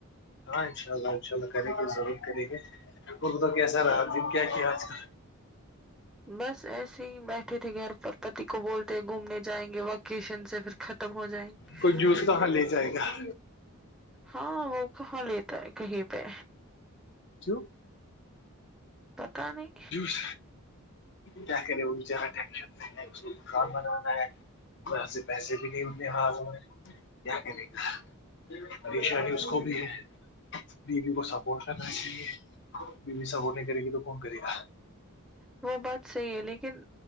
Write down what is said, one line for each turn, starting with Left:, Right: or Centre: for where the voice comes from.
Left: ہاں ان شاء اللہ ان کریں گے ضرور کریں گے خ تو کیسا رہا دن کیا کیا آج کل
Centre: بس ایسے ہی بیٹھے تھے گھر پر پتی کو بولتے گھومنے جائیں گے وکیشن سے پھر ختم ہو جائیں گے
Left: کوئی جوس کہاں
Centre: لیکن
Left: لے جائے گا
Centre: ہاں وہ کہاں لیتا ہے کہیں پہ
Left: <unintelligible>
Centre: پتا نہیں
Left: س کیا کرےا ٹن نہیں کاان بنانا ہے سے پیسے بھی نہیں ہوتے ہ کیا کرے گا پےشانی اس کو بھی ہے بیوی کو سپورٹ کرنا چاہیے بیوی سپورٹ نہیں کرے گی تو کون کرے گا
Centre: وہ بات صحیح ہے لیکن